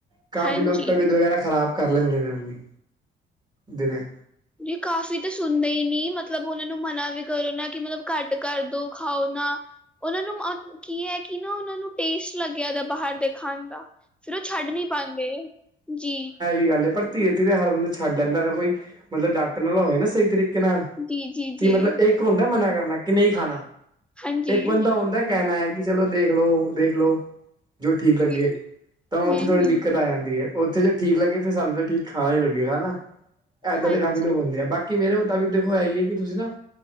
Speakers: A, on the right; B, in the centre.
A: ਕਾਫ਼ੀ
B: ਹਾਂਜੀ।
A: ਲੋਕ ਤਬੀਅਤ ਵਗੈਰਾ ਖਰਾਬ ਕਰ ਲੈਂਣਦੇ ਨੇ ਆਪਣੀ, ਦਿਨੇ
B: ਨੀ ਕਾਫ਼ੀ ਤਾਂ ਸੁਣਦੇ ਹੀ ਨੀ ਮਤਲਬ ਉਹਨਾਂ ਨੂੰ ਮਨਾ ਵੀ ਕਰੋ ਨਾ ਕਿ ਮਤਲਬ ਘੱਟ ਕਰ ਦੋ ਖਾਓ ਨਾ ਉਹਨਾਂ ਨੂੰ ਕੀ ਹੈ ਕਿ ਨਾ ਉਹਨਾਂ ਨੂੰ ਟੇਸਟ ਲੱਗਿਆ ਉਹਦਾ ਬਾਹਰ ਦੇ ਖਾਣ ਦਾ ਫਿਰ ਉਹ ਛੱਡ ਨੀ ਪਾਦੇ, ਜੀ
A: ਸੀ ਗੱਲ ਐ ਪਰ ਧੀਰੇ ਧੀਰੇ ਹਰ ਬੰਦਾ ਛੱਡ ਲੈਂਦਾ ਅਗਰ ਕੋਈ ਮਤਲਬ ਦਾ ਡਟਣ ਵਾਲਾ ਹੋਵੇ ਨਾ ਸਹੀ ਤਰੀਕੇ ਕਿਨਾਂ,
B: ਜੀ, ਜੀ,
A: ਕੀ
B: ਜੀ।
A: ਮਤਲਬ ਇੱਕ ਹੁੰਦਾ ਮਨਾ ਕਰਨਾ ਕਿ ਨਹੀਂ ਖਾਣਾ
B: ਹਾਂਜੀ,
A: ਇੱਕ ਬੰਦਾ ਆਉਂਦਾ ਕਹਿਣਾ ਹੈ ਕਿ ਚਲੋ ਦੇਖ ਲੋ ਦੇਖ ਲੋ ਜੋ ਠੀਕ ਲੱਗੇ।
B: ਜੀ,
A: ਤਾਂ ਉਹ
B: ਹੂੰ-ਹੂੰ,
A: ਉੱਥੇ ਥੋੜ੍ਹੀ ਦਿੱਕਤ ਆ ਜਾਂਦੀ ਐ। ਉੱਥੇ ਜੇ ਠੀਕ ਲੱਗੇ ਫਿਰ ਸਾਨੂੰ ਤਾਂ ਠੀਕ ਖਾਣਾ ਹੀ ਲੱਗੇਗਾ ਨਾ। ਏਦਾ
B: ਹਾਂਜੀ,
A: ਦੇ ਕਾਫ਼ੀ ਲੋਕ ਹੁੰਦੇ ਆ। ਬਾਕੀ ਮੇਰੇ ਮੁਤਾਬਿਕ ਦੇਖੋ ਹੈ ਹੀ ਹੈ ਕਿ ਤੁਸੀਂ ਨਾ